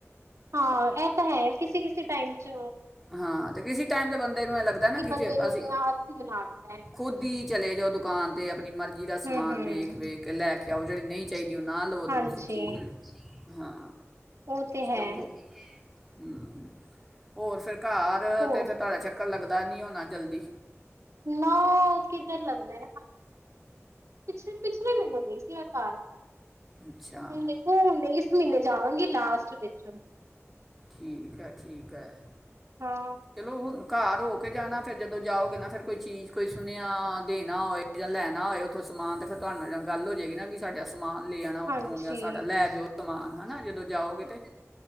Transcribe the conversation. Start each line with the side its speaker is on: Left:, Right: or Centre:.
Right: ਹਾਂ ਇਹ ਤਾਂ ਹੈ, ਕਿਸੇ- ਕਿਸੇ ਟਾਈਮ ਚ
Centre: ਹਾਂ ਤੇ ਕਿਸੇ ਟਾਈਮ ਦੇ ਬੰਦੇ ਨੂੰ ਇਹ ਲੱਗਦਾ ਨਾ ਕਿ
Right: ਬੰਦੇ
Centre: ਜੇ
Right: ਨੂੰ
Centre: ਅਸੀਂ
Right: ਇਹਨੇ ਆਦਤ ਬਣਾ ਦਿੱਤਾ ਹੈ
Centre: ਖੁੱਦ ਹੀ ਚਲੇ ਜਾਓ ਦੁਕਾਨ ਤੇ ਆਪਣੀ ਮਰਜੀ ਦਾ ਸਮਾਨ
Right: ਹਮ ਹਮ
Centre: ਵੇਖ- ਵੇਖ ਕੇ ਲੈ ਕੇ ਕਿਆ ਓਹ ਜੇੜੀ ਨਹੀਂ ਚਾਹੀਦੀ। ਜੋ ਨਾ ਲਵੋ
Right: ਹਾਂਜੀ
Centre: ਦੂਸਰੀ ਚੀਜ਼ ਲਓ ਹਾਂ,
Right: ਉਹ ਤੇ
Centre: ਚਲੋ
Right: ਹੈ।
Centre: ਹੋ <unintelligible> ਹੋਰ ਫਿਰ ਘਰ
Right: ਹੋਰ
Centre: ਤੇ ਫਿਰ ਤੁਹਾਡਾ ਚੱਕਰ ਲੱਗ ਲਗਦਾ ਨਹੀਂ ਹੋਣਾ ਜਲਦੀ
Right: ਨਾ ਉਹ ਕਿੱਧਰ ਲੱਗਦਾ ਹੈਂ, ਪਿਛਲੇ ਮਹੀਨੇ ਗਈ ਸੀ ਮੈਂ ਘਰ
Centre: ਅੱਛਾ
Right: ਹੁਣ ਦੇਖੋ ਹੁਣ ਇਸ ਮਹੀਨੇ ਜਾਵਾਂਗੀ, ਲਾਸਟ ਵਿੱਚ
Centre: ਠੀਕ ਹੈ ਠੀਕ ਹੈ,
Right: ਹਾਂ
Centre: ਚਲੋ ਹੁਣ ਘਰ ਹੋ ਕੇ ਜਾਣਾ ਫਿਰ ਜਦੋਂ ਜਾਓਗੇ ਨਾ ਫਿਰ ਕੋਈ ਚੀਜ਼ ਕੋਈ ਸੁਨੇਆ ਦੇਣਾ ਹੋਏ ਜਾਂ ਲੈਣਾ ਹੋਏ ਉੱਥੋਂ ਸਮਾਨ ਤਾਂ ਫਿਰ ਤੁਹਾਨੂੰ ਜਾਂ ਗੱਲ ਹੋ ਜਾਵੇਗੀ ਨਾ ਵੀ ਸਾਡੇ ਸਮਾਨ ਲੈ ਆਣਾ ਉੱਥੋਂ
Right: ਹਾਂਜੀ
Centre: ਜਾਂ ਸਾਡਾ ਲੈ ਜਾਓ ਸਮਾਨ ਹਨਾ ਜਦੋਂ ਜਾਓਗੇ ਤੇ